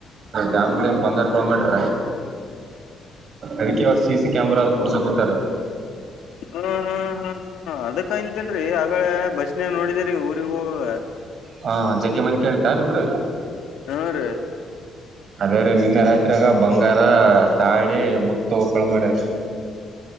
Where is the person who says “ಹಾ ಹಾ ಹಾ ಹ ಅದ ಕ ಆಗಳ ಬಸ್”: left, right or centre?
Left